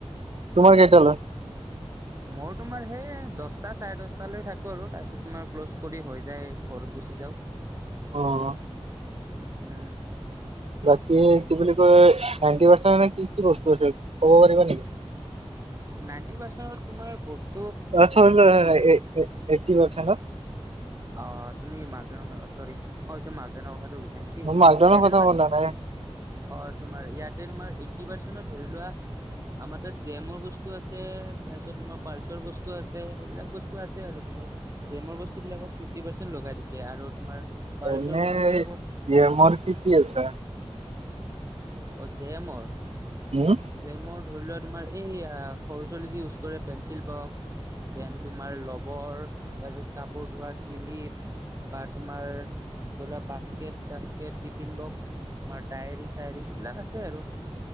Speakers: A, on the right; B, on the right.
A: তোমাৰ কেইটালৈ?
B: মই তোমাৰ সেই দশটা চাৰে দশটা লৈ থাকো আৰু তাৰপিছত তোমাৰ ক্ল'জ কৰি হৈ যায়, ঘৰত গুচি যাওঁ।
A: অ'।
B: উম।
A: বাকী কি বুলি কয় নাইনটি <unintelligible> কি কি বস্তু আছে ক'ব পাৰিবা নেকি? <inaudible>
B: নাইনটি পাৰ্চেণ্টত তোমাৰ বচ
A: <unintelligible> এ এ এট্টি পাৰ্চেন্তত।
B: অ' তুমি মাকদান চৰি মই <unintelligible> মাকদানৰ কথাটো সু এনেকে,
A: মাকডনৰ
B: ইয়াতে
A: কথা
B: তোমাৰ,
A: ক'লা নাই
B: অ' তোমাৰ ইয়াতে তোমাৰ টি পাৰ্চেনত ধৰি লোৱা আমাৰ তাত জে এমৰ বস্তু আছে, তাৰপিছত তোমাৰ পাল্চৰ বস্তু আছে, সেইবিলাক বস্তু আছে আৰু তোম জে এমৰ বস্তু বিলাকত ফিফটি পাৰ্চেন্ট লগাই দিছে আৰু তোমাৰ পাৰ্চৰ
A: এনেই
B: বস্তুবিলাকত
A: জে এমৰ কি কি আছে?
B: অ' জে এমৰ,
A: উম
B: জে এমৰ ধৰি লোৱা তোমাৰ এই সৰু ছোৱালী যি ইউজ কৰে পেঞ্চিল বক্স দেন তোমাৰ লবৰ, তাৰপিছত কাপোৰ, তোমাৰ কিলিপ বা তোমাৰ, ধৰি লোৱা বাস্কেট টাস্কেট, টিফিন বক্স, তোমাৰ ডায়েৰী-চায়েৰী সেইবিলাক আছে আৰু।